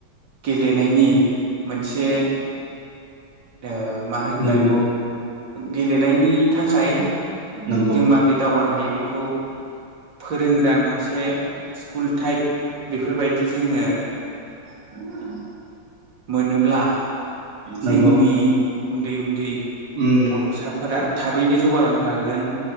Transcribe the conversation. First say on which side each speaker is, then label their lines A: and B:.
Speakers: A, on the right; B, on the right.
A: गेलेनायनि मोनसे ओ मा होनगोन
B: नंगौ
A: गेलेनायनि थाखाय
B: नंगौ
A: जों माबोरै दावगानो हायो बेखौ फोरोंग्रा मोनसे स्कुल टाइप बेफोरबायदि जोंनो
B: <inaudible>
A: मोनोब्ला जोंनि
B: नंगौ
A: उन्दै उन्दै
B: उम
A: गथ'साफोरा थाबैनो जौगालांनो हागोन